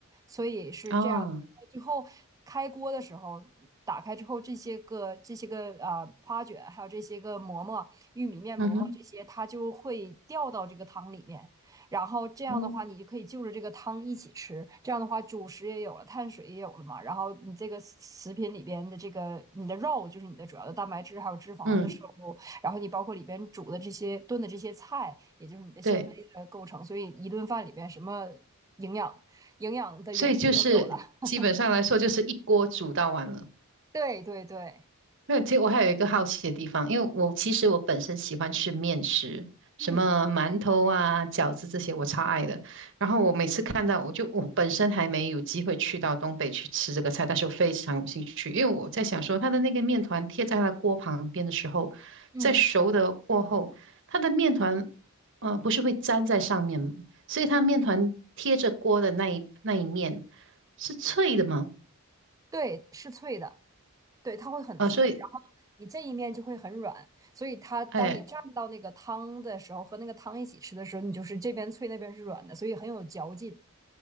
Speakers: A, on the right; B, on the right.
A: 所以是这样。
B: 啊，
A: 到最后开锅的时候，打开之后这些个这些个呃花卷，还有这些个馍馍、玉米面馍馍这些，
B: 嗯哼，
A: 它就会掉到这个汤里面。然后这样的话，
B: 哦，
A: 你就可以就着这个汤一起吃。这样的话，主食也有了，碳水也有了嘛。然后你这个食品里边的这个你的肉，就是你的主要的蛋白质还有脂肪的摄入，
B: 嗯，
A: 然后你包括里边煮的这些炖的这些菜，也就是你的纤维的构成。
B: 对，
A: 所以一顿饭里边什么营养营养的元素都有了。
B: 所以就是基本上来说，
A: <laughs>
B: 就是一锅煮到完了。
A: 对对对，
B: 没有，其实我还有一个好奇的地方，因为我其实我本身喜欢吃面食，什么馒头啊、
A: 嗯
B: 饺子这些我超爱的。然后我每次看到，我就我本身还没有机会去到东北去吃这个菜，但是我非常有兴趣，因为我在想说，它的那个面团贴在它的锅旁边的时候，
A: 嗯，
B: 在熟的过后，它的面团呃不是会粘在上面吗？所以它面团贴着锅的那一那一面是脆的吗？
A: 对，是脆的，对，它会很脆，
B: 啊、所以。
A: 然后你这一面就会很软，所以它当你蘸到那个汤的时候，
B: 哎
A: 和那个汤一起吃的时候，你就是这边脆那边是软的，所以很有嚼劲。